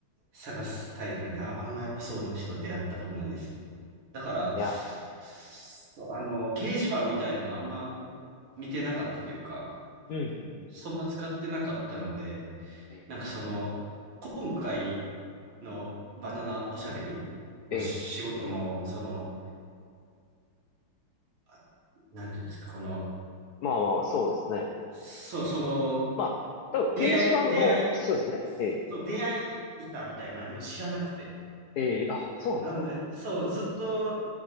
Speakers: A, on the right (about 75°); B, on the left (about 80°).
A: 探すタイプなんで、あ、あんまやっぱそういう人出会ったことないですね。だから、
B: いや、
A: そうあの、掲示板みたいなのあんま見てなかったというか、
B: うん、うん、うん、
A: そんな使ってなかったので、
B: うん。ええ、
A: なんかその、今回のバナナおしゃべりの仕事も、
B: ええ、
A: その、あなんていうんですか、この、
B: まあまあまあ、そうですね。
A: そう、その、
B: まあ、多分掲示板の、
A: 出会い、出会い、
B: そうですね。ええ、
A: そう、出会い板みたいなのあるの知らなくて。
B: ええ、あ、そうなんですか。
A: なんで、そう、ずっと、